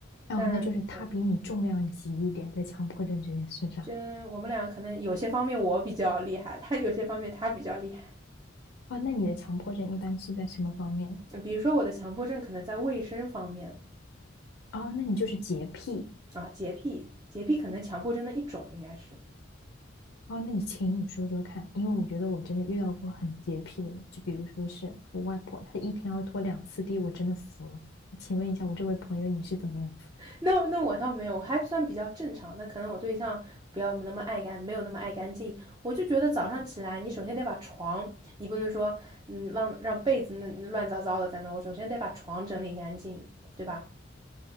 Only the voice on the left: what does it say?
哦，
那就是他比你重量级一点，在强迫症这件事上。
哦，那你的强迫症一般是在什么方面的？
哦，那你就是洁癖。
哦，那你请你说说看，因为我觉得我真的遇到过很洁癖的人，就比如说是我外婆，她一天要拖两次地，我真的服了。请问一下，我这位朋友你是怎么样子的？